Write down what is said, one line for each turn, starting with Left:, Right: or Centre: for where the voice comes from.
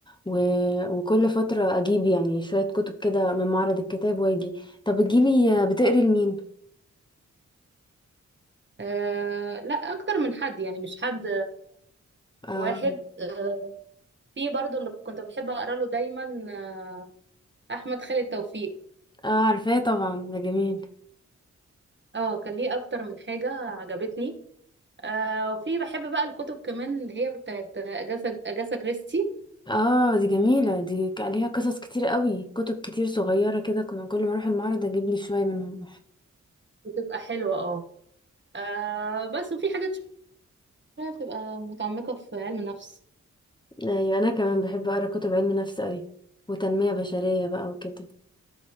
Left: و... وكل فتره اجيب يعني شويه كتب كده من معرض الكتاب واجي طب بتجيبي بتقري لمين
Right: أه لا أكتر من حد يعني مش حد
Left: اه
Right: واحد آه، في برضو اللي كنت بحب أقرأ له دايما آه، أحمد خالد توفيق
Left: اه عارفاه طبعا ده جميل
Right: اه كان ليه أكتر من حاجة عجبتني أه وفي بحب بقى الكتب كمان اللي هي بتاعت أجاسا أجاسا كريستي
Left: اه دي جميله دي عليها قصص كتير قوي كتب كتير صغيره كده كل ما اروح المعرض اجيب لي شويه منهم
Right: بتبقى حلوة اه آه، بس وفي حاجات شوية بتبقى متعمقة في علم النفس
Left: ايوه انا كمان بحب اقرا كتب علم نفس قوي وتنميه بشريه بقى وكده